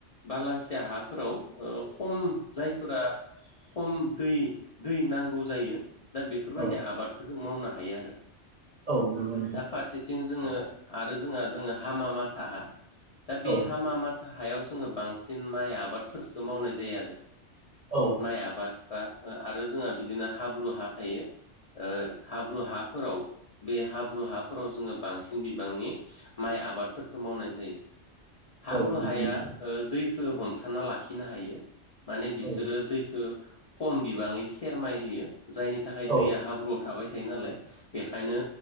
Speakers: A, on the left; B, on the right.
A: बालासिया हाफोराव ओखम जायफोरा खम दै, दै नांगौ जायो। दा बेफोरबायदि
B: औ
A: आबादखौ जों मावनो हायो आरो।
B: औ नंगौ नोंथां।
A: दा <unintelligible> जोङो आरो जोंहा दोङो हामाम माथा दा बे
B: औ
A: हामामा था हायाव जोङो बांसिन माइ आबादफोरखौ मावनाय जायो आरो
B: औ
A: माइ आबाद बा ओ आरो जोंहा बिदिनो हाब्रु हा थायो हाब्रु हाफोराव बे हाब्रु हाफोराव जोङो बांसिन बिबांनि माइ आबादफोरखौ मावनाय जायो। हाब्रु
B: औ नंगौ
A: हाया
B: नोंथां
A: दैखौ हमथाना लाखिनो हायो। माने बिसोरो
B: औ नंगौ
A: दैखो खम बिबाङै सेरमाय होयो। जायनि थाखाय
B: औ
A: दैया हाब्रुआव थाबाय थायो नालाय बेखायनो